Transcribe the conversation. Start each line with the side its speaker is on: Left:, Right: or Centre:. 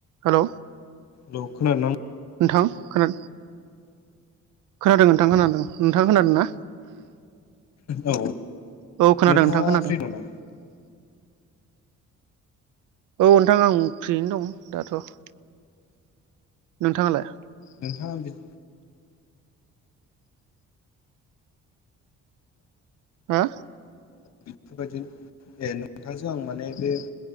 Right: Hello
Left: लौ खोनादों ना नों
Right: नोंथां खोना खोनादों नोंथां खोनादों नोंथांङा खोनादों ना?
Left: औ
Right: औ खोनादों
Left: नोंथाङा
Right: नोंथां खोनादों
Left: फ्रि नामा
Right: औ नोंथां आं फ्रियैनो दं दाथ। नोंथाङालाय
Left: नोंथाङा <inaudible>
Right: हा?
Left: बेफोरबायदिनो ए नोंथांजों आं माने बे